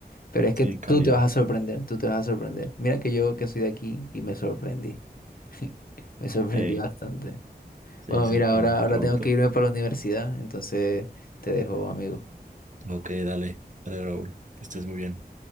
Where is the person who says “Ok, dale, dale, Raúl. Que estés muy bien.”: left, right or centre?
Right